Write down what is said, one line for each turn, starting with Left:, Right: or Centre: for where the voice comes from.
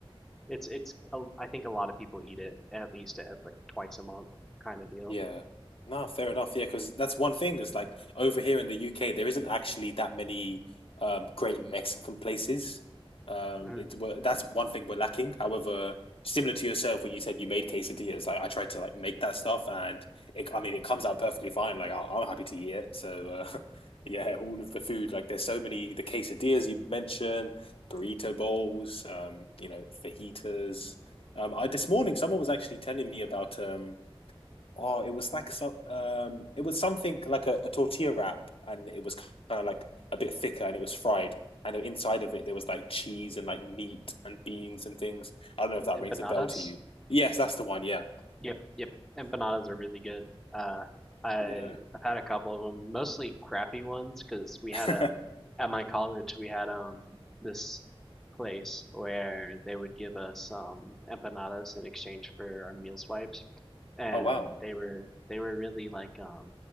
Centre: It's it's a- I think a lot of people eat it at least at like twice a month kind of deal.
Left: Yeah. No, fair enough. Yeah, because that's one thing. It's like over here in the UK, there isn't actually that many um, great Mexican places. Um,
Centre: Mhm.
Left: it we're- that's one thing we're lacking. However, similar to yourself when you said you made quesadillas, like I tried to like make that stuff, and it, I mean, it comes out perfectly fine. Like I, I'm happy to eat it. So uh, <laughs> yeah, all of the food, like there's so many the quesadillas you mentioned, burrito bowls, um, you know, fajitas. Um, I this morning someone was actually telling me about um oh, it was like some um, it was something like a, a tortilla wrap, and it was kind of like a bit thicker, and it was fried. And inside of it, there was like cheese and like meat and beans and things. I don't know if that rings
Centre: Empanadas?
Left: a bell to you. Yes, that's the one. Yeah,
Centre: Yep, yep. Empanadas are really good. Uh, I
Left: yeah.
Centre: I've had a couple of them, mostly crappy ones, because we had
Left: <laughs>
Centre: a at my college we had um this place where they would give us um empanadas in exchange for our meal swipes, and
Left: Oh wow.
Centre: they were they were really like um